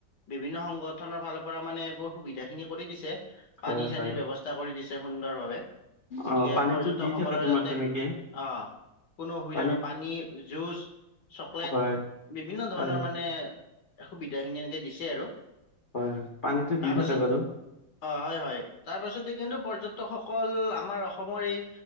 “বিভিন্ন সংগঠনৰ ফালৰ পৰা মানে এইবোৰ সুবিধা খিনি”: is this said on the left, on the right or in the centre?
Left